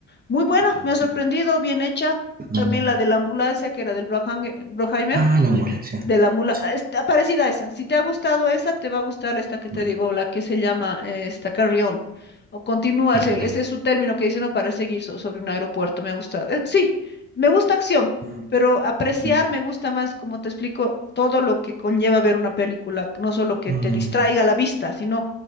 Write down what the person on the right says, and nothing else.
tanto.
Mm.
Ah, la mula, sí.
sí,
me
carrera.
Mm,
sí,
mm,